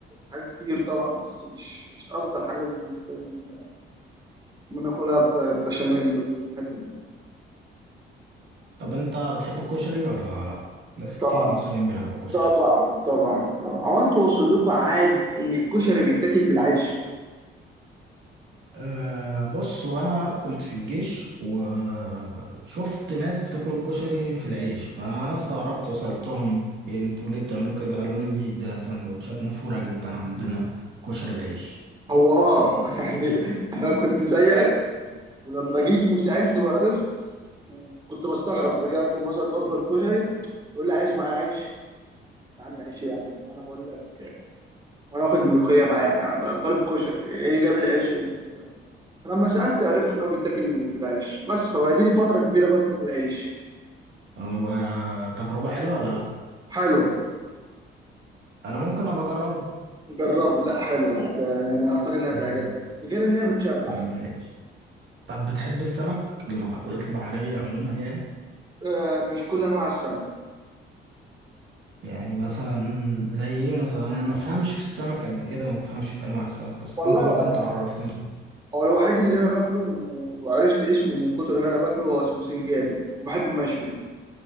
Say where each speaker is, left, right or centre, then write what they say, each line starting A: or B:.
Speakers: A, on the right; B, on the right.
A: حاجات كتير طبعا بس مش مش أفضل حاجة بالنسبة لي إن أنا آكلها ببشاميل والحتة دي
B: طب انت بتحب الكشري ولا لا ناس كتير
A: طبعا
B: مصريين بيحبوا الكشري
A: طبعا
B: بصراحة
A: طبعا طبعا هو أنتوا وصل لكم عادة إن الكشري بيتاكل بالعيش
B: أه بص وانا كنت في الجيش وشفت ناس بتاكل الكشري في العيش فانا استغربت وسألتهم إيه انتوا ليه بتعملوا كده قالوا لي ده سندوتشات مشهورة جدا عندنا كشري بعيش
A: هو أه <laughs> يعني أنا كنت زيك ولما جيت وسألت وعرفت كنت بستغرب باجي أطلب مثلا أوردر كشري يقول لي عايز معاه عيش يا عم عيش يا عم وانا بقول لك وانا واخد ملوخيه معايا انا طالب كشري ايه جاب العيش يعني فلما سالت عرفت ان هو بيتاكل بالعيش بس فبقالي لي فتره كبيره باكله بالعيش
B: هو تجربة حلوة ولا لا
A: حلوه
B: انا ممكن ابقى اجربه
A: جربه لا حلوه هت... انا اعتقد انها
B: مم،
A: هتعجبك غير ان هي بتشبع
B: ماشي طب بتحب السمك المأكولات البحرية عموما يعني
A: آه مش كل انواع السمك
B: يعني مثلا زي ايه مثلا انا ما فهمش في السمك قد كده وما فهمش في انواع السمك بس
A: والله
B: انت ممكن
A: ولا أنا.
B: تعرفني مثلا
A: هو الوحيد اللي انا باكله وعرفت اسمه من كتر ان انا باكله هو اسمه سنجاري وبحبه مشوي